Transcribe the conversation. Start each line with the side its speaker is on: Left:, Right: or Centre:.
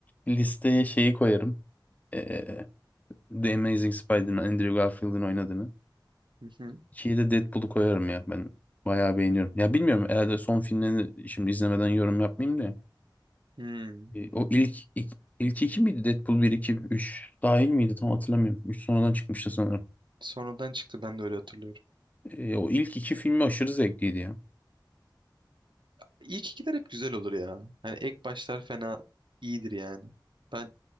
Left: listeye şeyi koyarım. Ee, The Amazing Spider-Man Andrew Garfield'in oynadığını.
Right: Hı hı.
Left: İkiyi de Deadpool'u koyarım ya. Ben bayağı beğeniyorum. Ya bilmiyorum herhalde son filmlerini şimdi izlemeden yorum yapmayayım da.
Right: Hmm.
Left: E, O ilk, ilk ilk iki miydi? Deadpool bir 2 3 dahil miydi? Tam hatırlamıyorum. 3 sonradan çıkmıştı sanırım.
Right: Sonradan çıktı ben de öyle hatırlıyorum.
Left: E, o ilk iki filmi aşırı zevkliydi ya.
Right: İlk ikiler hep güzel olur ya. Hani ek başlar fena iyidir yani. Ben